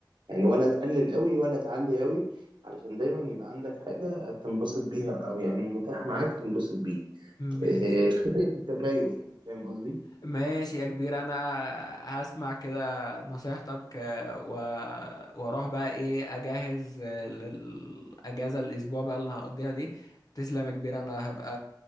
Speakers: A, on the right (about 80°); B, on the left (about 50°).
A: يعني ولا تقلل قوي ولا تعلي قوي علشان دايما يبقى عندك حاجه تنبسط بيها او يعني متاح معاك تنبسط بيه
B: ماشي
A: آه، فكره التكيف يعني فاهم قصدي
B: ماشي يا كبير انا هسمع كده نصيحتك آه، و... واروح بقى ايه اجهز آه، للاجازه الاسبوع بقى اللي هقضيها دي تسلم يا كبير انا هبقى